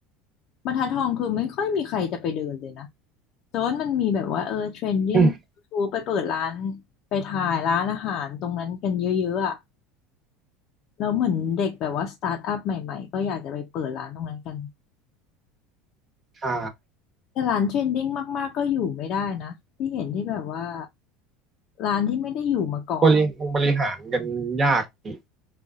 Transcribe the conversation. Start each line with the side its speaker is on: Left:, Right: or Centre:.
Left: บรรทัดทองคือไม่ค่อยมีใครจะไปเดินเลยนะโจนมันมีแบบว่าเออเทรนดิ้งทูไปเปิดร้าน
Right: อืม
Left: ไปถ่ายร้านอาหารตรงนั้นกันเยอะๆอ่ะแล้วเหมือนเด็กแบบว่าสตาร์ทอัพใหม่ๆก็อยากจะไปเปิดร้านตรงนั้นกัน
Right: ใช่
Left: แต่ร้านเทรนดิ้งมากๆก็อยู่ไม่ได้นะที่เห็นที่แบบว่าร้านที่ไม่ได้อยู่มาก่อน
Right: บริบริหารกันยากอีก